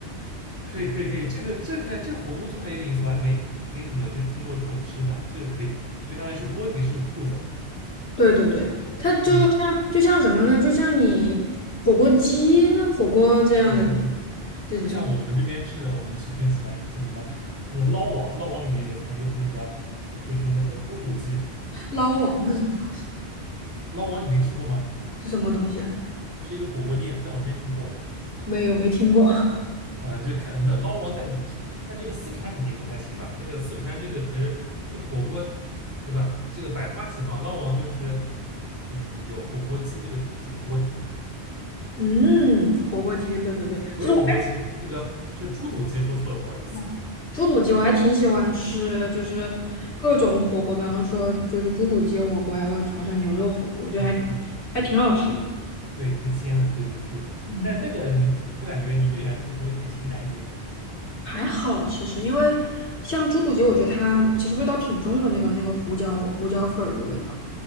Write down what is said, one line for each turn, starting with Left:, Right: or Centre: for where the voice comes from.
Right: 可以可以可以，这个这个看这火锅兔还有点意思，我还没没怎么就听过这种吃法，这个可以，就相当于是锅底是兔子，
Left: 对对对，它就像就像什么呢？
Right: 嗯，
Left: 就像你火锅鸡、火锅这样的，
Right: 对对对，
Left: 就就。
Right: 就像我们这边吃的，我们这边 <laughs> 喜欢吃什么那个捞王，捞王里面有个菜就是那个就是那个猪肚鸡，
Left: 捞王是什么东西？
Right: 捞王你没吃过吗？
Left: 是什么东西啊？
Right: 是一个火锅店，在我们那边挺火的。
Left: 没有，没听过。<laughs>
Right: 啊，你就看没有捞王在在这个四川肯定不太行吧？这个四川这个可是这火锅，对吧？这个百花齐放，捞王就是嗯有火锅鸡这个这个锅底，
Left: 嗯，火锅鸡，对对对，
Right: 不是火锅鸡，
Left: 其实我还
Right: 这个这是猪肚鸡说错了，不好意思。
Left: 哦猪肚鸡，我还挺喜欢吃，就是各种火锅，比方说就是猪肚鸡火锅呀，或者潮汕牛肉火锅，我觉得还
Right: 嗯嗯，
Left: 还挺好吃的。
Right: 对，挺鲜的，对对对。
Left: 嗯，
Right: 但那个你不不感觉你对你来说不会太清淡一点吗？
Left: 还好其实，因为像猪肚鸡，我觉得它其实味道挺重的，那个那个胡椒胡椒粉儿的味道。
Right: 对，